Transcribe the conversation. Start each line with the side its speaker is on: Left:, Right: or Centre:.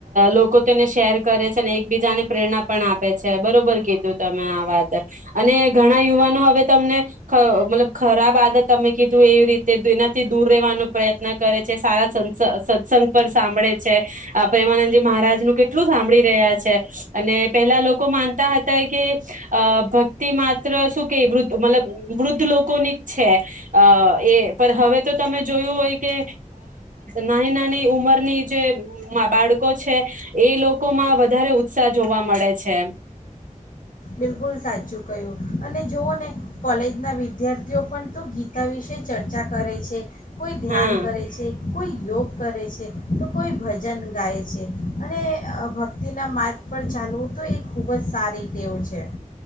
Right: લોકો તેને શેર કરે છે. અને એકબીજાને પ્રેરણા પણ <unintelligible> બરોબર કીધું તમે આ વાત અને ઘણા યુવાનો હવે તમને મતલબ ખરાબ આદત તમે કીધું એવી રીતે એનાથી દૂર રહેવાનો પ્રયત્ન કરે છે. સારા સત્સંગ પર સાંભળે છે. આ પ્રેમાનંદજી મહારાજનું કેટલું સાંભળી રહ્યા છે. અને પેલા લોકો માનતા હતા કે અ ભક્તિ માત્ર શું કે વૃદધ મતલબ વૃદ્ધ લોકોની છે. અ એ પણ હવે તો તમે જોયું હોય કે નાની નાની ઉમરની જે બાળકો છે એ લોકોમાં વધારે ઉત્સાહ જોવા મળે છે.
Left: બિલકુલ સાચું કહ્યું. અને જોુવઓ ને કોલેજના વિદ્યાર્થીઓ પણ તો ગીતા વિશે ચર્ચા કરે છે. કોઈ ધ્યાન
Right: હા
Left: કરે છે. કોઈ યોગ કરે છે. તો કોઈ ભજન ગાય છે. અને ભક્તિના માર્ગ પર ચાલવું તો એ ખૂબ જ સારી તેવું છે.